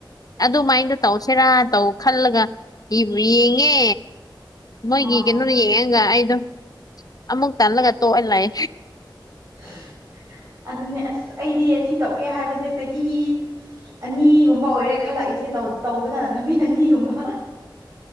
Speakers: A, on the left; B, on the right.
A: ꯑꯗꯨꯃꯥꯏꯅꯗꯣ ꯇꯧꯁꯤꯔꯥ ꯇꯧ ꯈꯜꯂꯒ ꯌꯦꯡꯉꯦ ꯃꯣꯏꯒꯤ
B: ꯑꯥ
A: ꯀꯩꯅꯣ ꯌꯦꯡꯉꯒ ꯑꯩꯗꯣ ꯑꯃꯨꯛ ꯇꯜꯂꯒ ꯇꯣꯛꯍ ꯂꯥꯛꯑꯦ
B: <inaudible> ꯑꯗꯨꯅꯦ ꯑꯁ ꯑꯩꯗꯤ ꯁꯤ ꯇꯧꯒꯦ ꯍꯥꯏꯕꯁꯦ ꯆꯍꯤ ꯑꯅꯤꯒꯨꯝꯕ ꯑꯣꯏꯔꯦ ꯈꯜꯂꯛꯏꯦ ꯏꯁꯦ ꯇꯧꯕꯅ ꯅꯨꯃꯤꯠ ꯑꯅꯤꯒꯨꯝꯕ